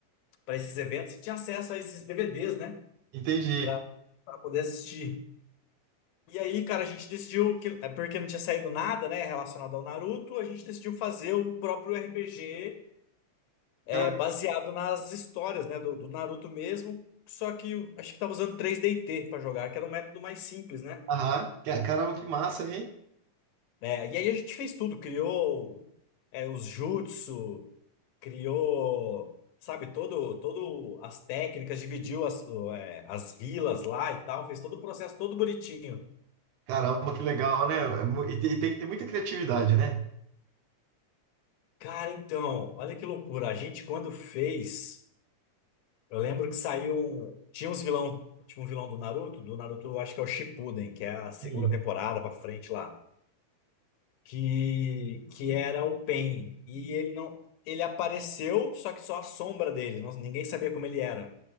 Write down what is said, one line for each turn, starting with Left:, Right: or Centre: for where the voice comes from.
Left: para esses eventos e tinha acesso a esses DVDs, né?
Right: entendi.
Left: Pra, pra poder assistir. E aí, cara, a gente decidiu que, é porque não tinha saído nada, né, relacionado ao Naruto, a gente decidiu fazer o próprio RPG, é,
Right: Cara,
Left: baseado nas histórias, né, do, do Naruto mesmo. Só que eu acho que tava usando 3DT para jogar, que era um método mais simples, né?
Right: aham. Ca- Caramba, que massa, hein?
Left: É, e aí a gente fez tudo, criou é, os jutsu, criou, sabe, todo, todo as técnicas, dividiu as, o, é, as vilas lá e tal, fez todo o processo todo bonitinho.
Right: Caramba, que legal, né? É mu- E tem e tem que ter muita criatividade, né?
Left: Cara, então, olha que loucura. A gente quando fez, eu lembro que saiu, um- tinha uns vilão, tinha um vilão do Naruto, do Naruto, eu acho que é o Shippuden, que é a segunda
Right: Sim.
Left: temporada pra frente lá, que que era o Pain e ele não Ele apareceu, só que só a sombra dele, não- ninguém sabia como ele era.